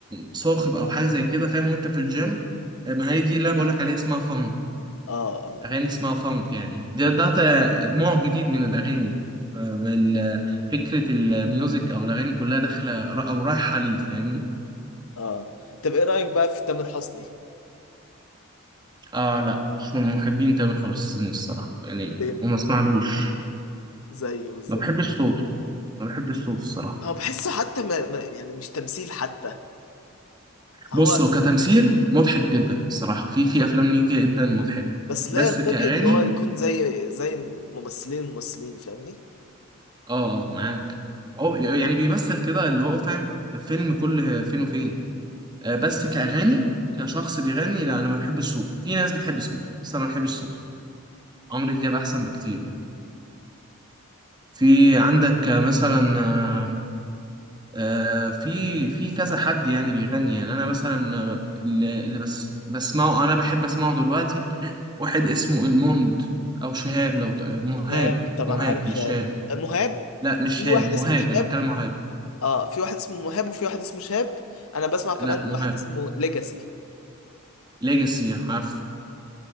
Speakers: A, on the right; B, on the left.
A: صاخب او حاجه زي كده فاهم وانت في الجيم ما هي دي اللي أنا بقولك عليها اسمها فانك
B: اه اه
A: اغاني اسمها فانك يعني ده ده ت- نوع جديد من الاغاني آه، من ال- فكره الميوزك او الاغاني كلها داخله را- او رايحه ليه فاهمني
B: اه طب ايه رأيك بقى في تامر حسني
A: آه لا مش من محبين تامر حسني الصراحة يعني
B: سيم
A: وما اسمعلوش
B: زي بالظبط
A: ما بحبش صوته ما بحبش صوته الصراحة
B: هو بحسه حتى ما ما- يعني مش تمثيل حتى هو
A: بص هو كتمثيل مضحك جدا الصراحة في في أفلام ليه جدا مضحكة
B: بس لا
A: بس
B: يرتقي
A: كأغاني
B: ان هو يكون زي زي الممثلين الممثلين فاهمني
A: آه آه، معاك أو يعني بيمثل كده اللي هو فاهم فيلم كل فين وفين آه بس كأغاني كشخص بيغني لا أنا ما بحبش صوته في ناس بتحب صوته بس أنا ما بحبش صوته عمرو دياب أحسن بكتير يعني في عندك آه، مثلا آه، آه، في في كذا حد يعني بيغني يعني انا مثلا آه، اللي اللي بس بسمعه انا بحب اسمعه دلوقتي واحد اسمه الموند او شهاب لو ت- مهاب
B: شهاب طبعا
A: مهاب
B: عارف شهاب
A: مش شهاب
B: مهاب
A: لا مش
B: في
A: شهاب
B: واحد
A: مهاب
B: اسمه شهاب
A: انا بتكلم مهاب
B: اه في واحد اسمه مهاب وفي واحد اسمه شهاب انا بسمع كمان
A: لا مهاب
B: واحد اسمه ليجاسي
A: ليجاسي عارف